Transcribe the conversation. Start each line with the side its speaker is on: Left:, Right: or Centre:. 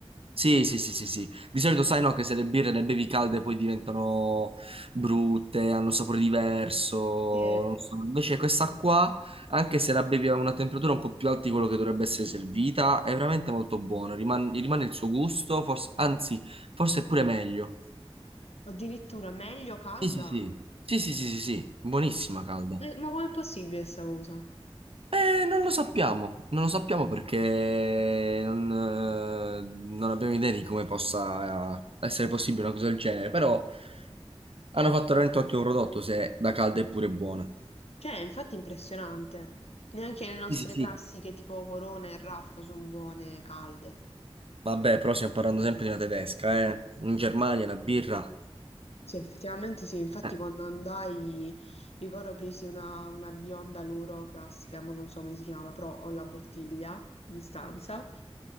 Right: Sì, sì, sì, sì, sì. Di solito sai no che se le birre le bevi calde poi diventano brutte, hanno un sapore diverso,
Left: Sì.
Right: non so. Invece questa qua, anche se la bevi a una temperatura un po' più alta di quello che dovrebbe essere servita, è veramente molto buona, riman- rimane il suo gusto, forse- anzi, forse è pure meglio.
Left: Addirittura meglio calda?
Right: Sì, sì, sì. Sì, sì, sì, sì, sì, buonissima
Left: Ma,
Right: calda.
Left: eh, ma com'è possibile questa cosa?
Right: Eh, non lo sappiamo, non lo sappiamo perché non, eh, non abbiamo idea di come possa eh, essere possibile una cosa del genere, però... Hanno fatto veramente un ottimo prodotto se da calda è pure buona.
Left: Cioè, infatti è infatti impressionante. Neanche le nostre
Right: Sì, sì, sì.
Left: classiche tipo Corona e Raffo sono buone calde.
Right: Vabbè, però stiamo parlando sempre di una tedesca, eh. In Germania la birra.
Left: Sì, effettivamente sì. Infatti
Right: eh.
Left: quando andai, ricordo presi una, una bionda loro classica, ma non so come si chiama, però ho la bottiglia in stanza.